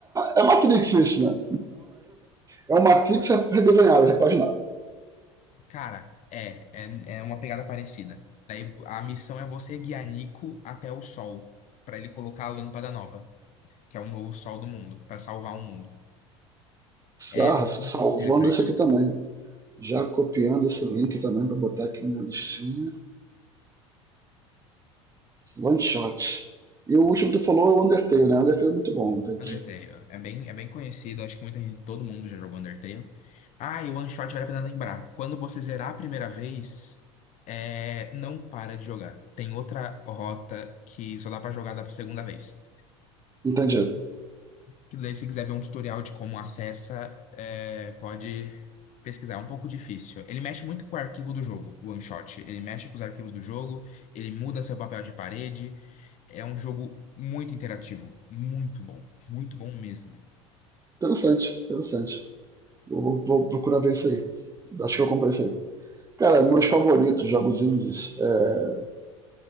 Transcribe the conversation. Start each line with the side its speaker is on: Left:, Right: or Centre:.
Right: é é Matrix isso, né? É um Matrix redesenhado, repaginado.
Left: Cara, é, é, é uma pegada parecida. Daí a missão é você guiar Nico até o sol, pra ele colocar a lâmpada nova, que é o novo sol do mundo, pra salvar o mundo. É
Right: Ah, salvando
Left: muito interessante.
Right: esse aqui também. Já copiando esse link também para botar aqui na minha listinha. One shot. E o último que tu falou é o Undertale, né? Undertale é muito bom. Tem
Left: Undertale.
Right: que...
Left: É bem, é bem conhecido, acho que muita gente, todo mundo já jogou Undertale. Ah, e o One Shot vale a pena lembrar. Quando você zerar a primeira vez, é, não para de jogar. Tem outra rota que só dá pra jogar da segunda vez.
Right: Entendi.
Left: Que daí, se quiser ver um tutorial de como acessa, é, pode pesquisar. É um pouco difícil. Ele mexe muito com o arquivo do jogo, o One Shot. Ele mexe com os arquivos do jogo, ele muda seu papel de parede. É um jogo muito interativo, muito bom, muito bom mesmo.
Right: Interessante, interessante. Vou, vou procurar ver isso aí. Acho que eu comprei isso aí. Cara, meus favoritos jogos indies, é...